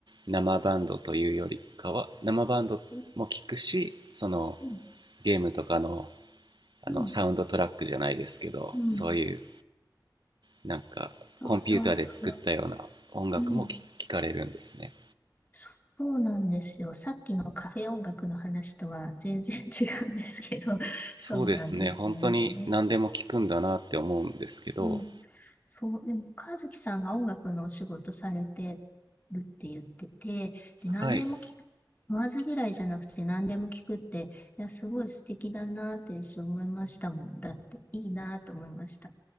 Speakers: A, on the right; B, on the left.
A: 生バンドというよりかは生バンドも聞くしその
B: うん、
A: ゲームとかの
B: うん、
A: あのサウンドトラックじゃないですけどそういう
B: うん。
A: なんかコンピューターで作ったような音楽も聞聞かれるんですね
B: そうそうそう。うん。そうなんですよ。さっきのカフェ音楽の話とは全然違うんですけど、<laughs>
A: そうですね、
B: そうなんですよね。
A: 本当に何でも聞くんだなって思うんですけど、
B: うん。そう、でも、和樹さんが音楽のお仕事されてるって言ってて、で、何でも聞く、
A: はい、
B: 言わず嫌いじゃなくて何でも聞くって、いや、すごい素敵だなって私思いましたもん。だって、いいなって思いました。